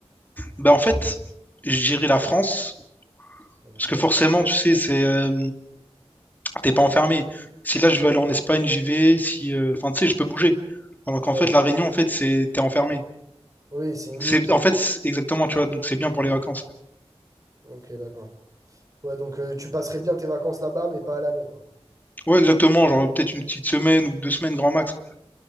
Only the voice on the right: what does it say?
Ok.
Ouais.
Oui, c'est une
île, donc.
Ok, d'accord. Ouais, donc euh, tu passerais bien tes vacances là-bas, mais pas à l'année, quoi.